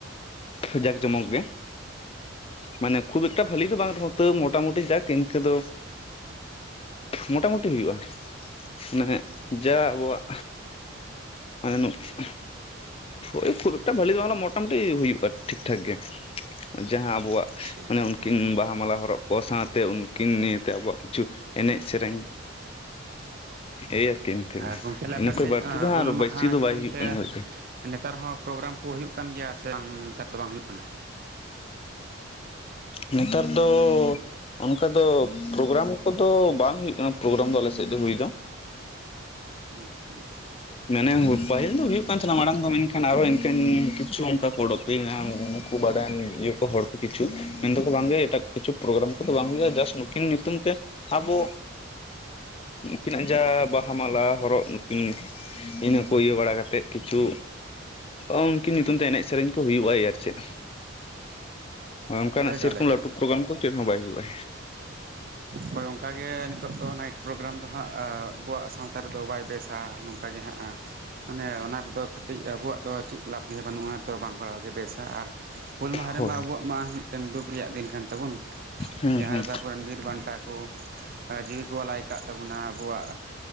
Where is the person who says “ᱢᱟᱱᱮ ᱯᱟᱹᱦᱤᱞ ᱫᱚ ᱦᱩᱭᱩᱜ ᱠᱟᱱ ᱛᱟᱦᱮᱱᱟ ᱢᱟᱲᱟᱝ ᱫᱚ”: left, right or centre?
Left